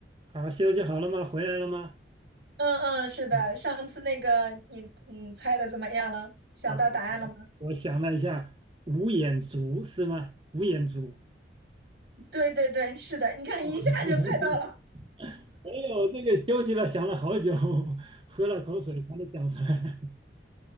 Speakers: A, on the right; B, on the right.
A: 好，休息好了吗？回来了吗？
B: 嗯嗯，是的，
A: 嗯
B: 上次那个你嗯猜的怎么样了？想到答案了吗？
A: 啊，我想了一下，五眼族是吗？五眼族，
B: <laughs> 对对对，是的，你看一下就猜到了。
A: <laughs> 没有那个休息了，想了好久，<laughs> 喝了口水才能想出来。